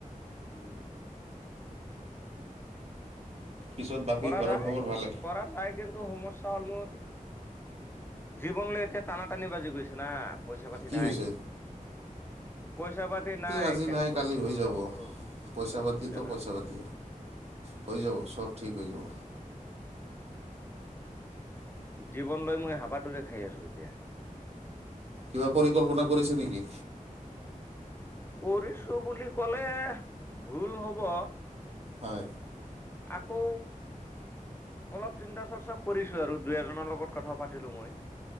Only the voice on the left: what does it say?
উম
কৰা
যায়
- কৰা যায় কিন্তু সমস্যা হ'ল মোৰ জীৱনলৈ এতিয়া টানা টানি বাজি গৈছে না পইচা পাতি
নাই।
পইচা পাতি নাই
কেনেকৈ
চলো
নচলো
অসুবিধা
না।
জীৱনলৈ মই হাবাটোৰে খাই আছো এতিয়া।
কৰিছো বুলি কলে ভুল হব।
আকৌ অলপ চিন্তা চৰ্চা কৰিছো আৰু দুই এজনৰ লগত কথা পাতিলো মই।